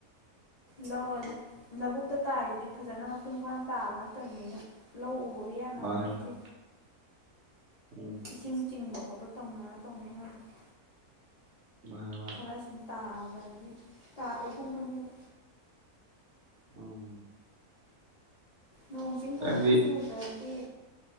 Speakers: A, on the left; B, on the right.
A: ꯂꯧ ꯂꯧꯕꯨꯛꯇ ꯇꯥꯔꯤꯗꯤ ꯐꯖꯅ ꯃꯄꯨꯡ ꯐꯥꯅ ꯇꯥꯕ ꯅꯠꯇꯕꯅꯤꯅ ꯂꯧ ꯎꯕꯒ ꯌꯥꯟꯅꯕ
B: ꯃꯥꯅꯦ
A: ꯅꯠꯇꯦ
B: ꯃꯥꯅꯦ ꯎꯝ
A: ꯏꯁꯤꯡ ꯆꯤꯡꯕ ꯈꯣꯠꯄ ꯇꯧꯅꯔ ꯇꯧꯅꯩ ꯉꯥꯛꯇꯅꯦ
B: ꯃꯥꯅꯦ ꯃꯥꯅꯦ
A: ꯈꯔ ꯁꯨꯝ ꯇꯥꯕꯒꯤ ꯇꯥꯕ꯭ꯔꯥꯒꯨꯝꯕꯅꯦꯕ
B: ꯎꯝ
A: ꯅꯣꯡꯆꯤꯡ ꯐꯖꯅ
B: ꯅꯪꯗꯤ
A: ꯆꯨꯗ꯭ꯔꯗꯤ